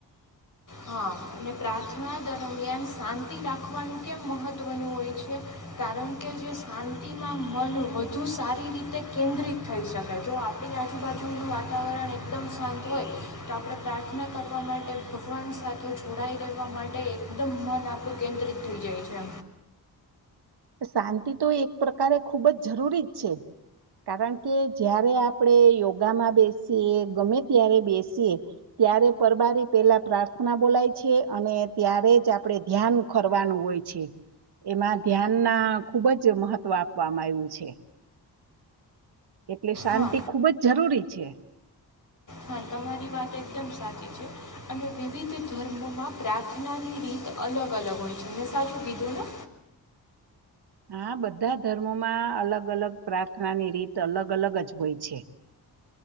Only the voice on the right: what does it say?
શાંતિ તો એક પ્રકારે ખૂબ જ જરૂરી જ છે કારણ કે જ્યારે આપણે યોગામાં બેસીએ ગમે ત્યારે બેસીએ ત્યારે પરબારી પેલા પ્રાર્થના બોલાય છે અને ત્યારે જ આપણે ધ્યાન કરવાનું હોય છે એમાં ધ્યાનના ખૂબ જ મહત્વ આપવામાં આવ્યું છે એટલે શાંતિ
ખૂબ જ જરૂરી છે.
હા બધા ધર્મોમાં અલગ અલગ પ્રાર્થનાની રીત અલગ અલગ જ હોય છે.